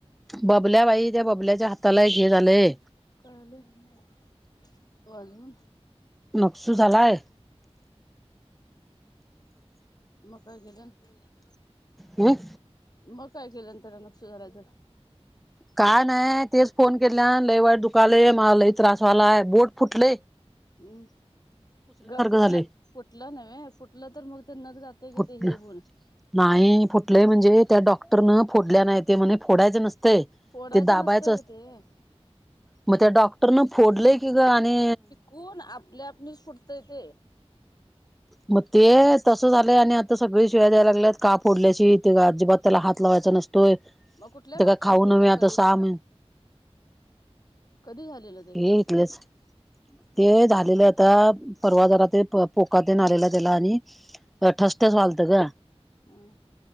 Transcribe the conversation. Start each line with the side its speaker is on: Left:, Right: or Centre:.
Centre: बबल्या बाई त्या बबल्याच्या हाताला एक हे झालेय
Left: काय झाल आजुन
Centre: नक्सु झालाय
Left: भर गलेन <unintelligible>
Centre: हम
Left: मग काय केल नंतर नक्सु झाला तर
Centre: काय नाही तेच फोन केल्या लई वाईट दुखाले मला लई त्रास व्हायला बोट फुटलेय
Left: हम् ग फुटल
Centre: झालय
Left: फुटल नव्हे फुटल तर मग ते नख जाते कि
Centre: बघते
Left: ते हे होऊन
Centre: नाही फुटलय म्हणजे त्या डॉक्टरन फोडल्या नाही ते म्हणे फोडायच नसत ते
Left: फोडायचं
Centre: ते दाबायच
Left: नसतंय कि ते
Centre: मग त्या डॉक्टरन फोडलय की ग आणि
Left: कोण आपल्यात न्यूज फुटतय ते.
Centre: मग ते तसं झालंय आणि आता सगळी शिव्या द्यायला लागल्यात का फोडल्यास हे त्याचं अजिबात. त्याला हात लावायचा नसतोय.
Left: मग कुठल्या
Centre: ते
Left: डॉक्टरनी
Centre: काय खाऊ
Left: फोडल्या
Centre: नव्हे आता
Left: कधी
Centre: साम
Left: ते कधी झालेलं. ते
Centre: हे, येस ते झालेलं आता परवा जरा ते पोकात पेन आलेला त्याला आणि. ठसठस वालत ग.
Left: ह